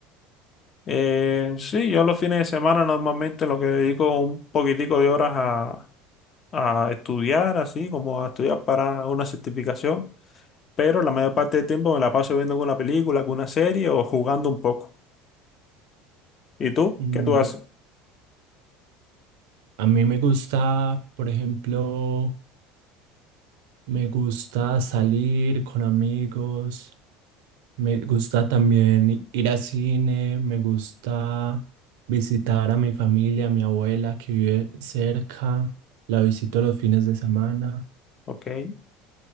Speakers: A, on the left; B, on the right.
A: Eh, sí, yo los fines de semana normalmente lo que dedico un poquitico de horas a, a estudiar, así como a estudiar para una certificación. pero la mayor parte del tiempo me la paso viendo alguna película, alguna serie o jugando un poco. ¿Y tú?
B: Mm,
A: ¿Qué tú haces?
B: por- a mí me gusta, por ejemplo, me gusta salir con amigos. Me gusta también ir al cine, me gusta visitar a mi familia, a mi abuela que vive cerca, la visito los fines de semana.
A: Ok.